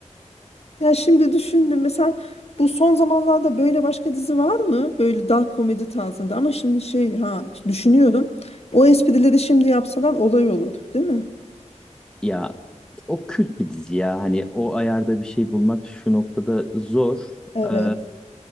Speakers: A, on the left; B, in the centre.
A: Ya şimdi düşündüm mesela bu son zamanlarda böyle başka dizi var mı? Böyle dark komedi tarzında ama şimdi şey ha düşünüyorum. O esprileri şimdi yapsalar olay olur, değil mi?
B: Ya o kült bir dizi ya. Hani o ayarda bir şey bulmak şu noktada zor.
A: Evet.
B: Ee,